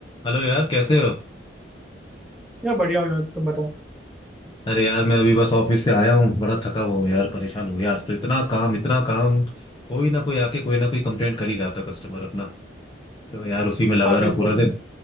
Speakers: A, on the left (about 25°); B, in the centre.
A: हेलो यार कैसे हो
B: यार बढ़िया हो यार तुम बताओ
A: अरे यार मैं अभी बस ऑफिस से आया हूँ बड़ा थका हुआ हूँ यार परेशान हो गया आज तो इतना काम इतना काम कोई ना कोई आके कोई ना कोई कंप्लेंट कर ही रहा था कस्टमर अपना तो यार उसी में लगा
B: हाँ बिल्कुल
A: रहा पूरा दिन
B: यार।